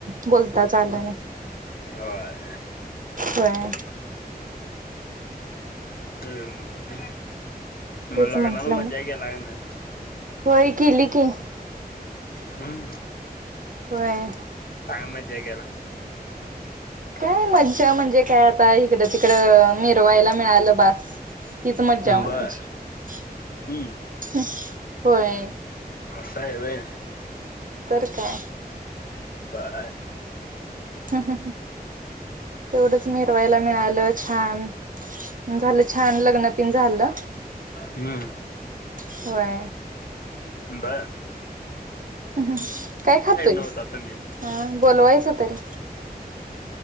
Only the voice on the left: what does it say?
होय.
हम्म मग
लग्नाला
मज्जा
केला का नाय?
हम्म.
काय मज्जा केला?
बर हम्म अस हाय होय.
बरं हाय.
हम.
बरं.
होता तुम्ही